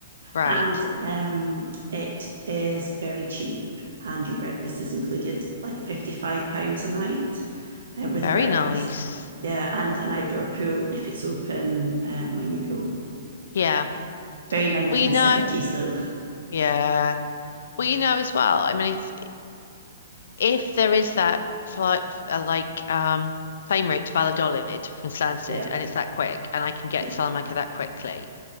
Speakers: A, on the left; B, on the right.
A: right.
B: and um, it is very cheap and your breakfast is included like 55 pounds a night uh, with
A: Very
B: breakfast.
A: nice.
B: Yeah, and an outdoor pool if it's open um, when you go.
A: Yeah.
B: Very 1970s
A: Well, you know,
B: though.
A: yeah. Well, you know as well. I mean, it's if there is that flight, uh, like, um, plane route to Valladolid from Stansted,
B: Yeah,
A: and it's that quick, and I can get
B: yeah,
A: to Salamanca that quickly.